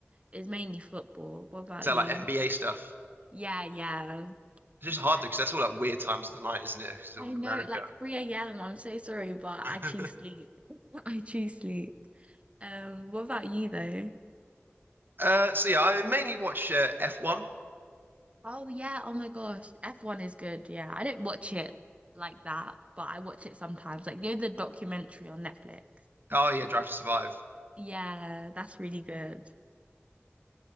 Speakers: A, on the right (about 30°); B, on the right (about 50°).
A: it's mainly football. What about
B: that
A: you?
B: like NBA stuff?
A: Yeah, yeah.
B: It's
A: So
B: just hard though because that's all like weird times of the night, isn't it? Because it's
A: I
B: all in
A: know,
B: America.
A: like 3 a.m. I'm so sorry, but
B: <laughs>
A: I choose sleep. <laughs> I choose sleep. Um, what about you though?
B: Uh, so yeah, I mainly watch uh, F1.
A: Oh yeah, oh my gosh. F1 is good, yeah. I don't watch it like that, but I watch it sometimes. Like, you know the documentary on Netflix.
B: Oh yeah, Drive to Survive.
A: Yeah, that's really good.